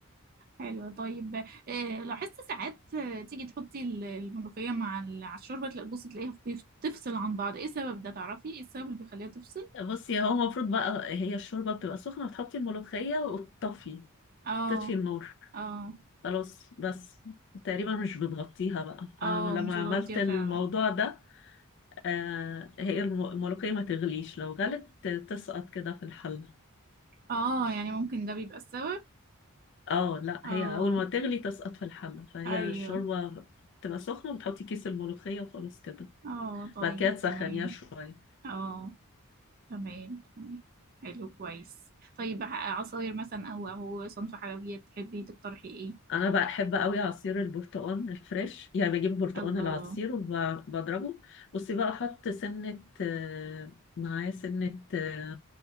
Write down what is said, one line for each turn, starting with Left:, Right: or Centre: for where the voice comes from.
Right: حلو طيب آه، لاحظت ساعات آه، تيجي تحطي ال- الملوخية مع ال- على الشوربة تلاقي بصي تلاقيها بتف- تفصل عن بعض ايه السبب ده تعرفي ايه السبب اللي بيخليها تفصل
Left: بصي هو المفروض بقى هي الشوربة بتبقى سخنة بتحطي الملوخية وتطفي
Right: اه
Left: تطفي النار
Right: اه
Left: خلاص بس تقريبا مش بتغطيها بقى
Right: اه
Left: فلما
Right: مش
Left: عملت
Right: بتغطيها
Left: الموضوع
Right: فعلا
Left: ده آه هي الم- الملوخية ما تغليش لو غلت تسقط كده في الحل
Right: اه يعني ممكن ده بيبقى السبب
Left: اه لا
Right: اه
Left: هي اول ما تغلي تسقط في الحله فهي
Right: ايوه
Left: الشوربه تبقى سخنه وتحطي كيس الملوخيه وخلاص كده
Right: اه طيب
Left: بعد كده تسخنيها
Right: تمام
Left: شويه
Right: اه تمام تمام حلو كويس طيب ع- عصاير مثلا او او صنف حلويات تحبي تقترحي ايه
Left: انا بحب قوي عصير البرتقال الفريش يعني بجيب برتقال
Right: الله
Left: العصير وبضربه بصي بقى احط سنه آه، معاه سنه آه،